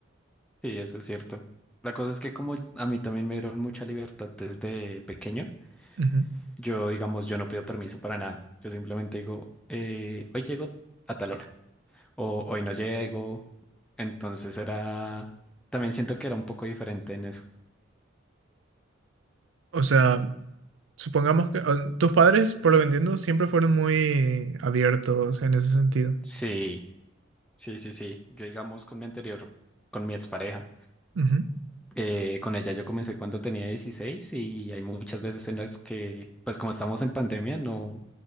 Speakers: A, in the centre; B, on the right.
A: Sí, eso es cierto. La cosa es que como a mí también me dieron mucha libertad desde pequeño,
B: Ujú.
A: Yo, digamos, yo no pido permiso para nada. Yo simplemente digo, eh, hoy llego a tal hora o hoy no llego. Entonces era, también siento que era un poco diferente en eso.
B: O sea, supongamos que ah, tus padres, por lo que entiendo, siempre fueron muy abiertos en ese sentido.
A: Sí, sí, sí, sí. Yo, digamos, con mi anterior, con mi expareja,
B: Ujú.
A: eh, con ella yo comencé cuando tenía dieciséis y hay muchas veces en las que, pues como estamos en pandemia, no,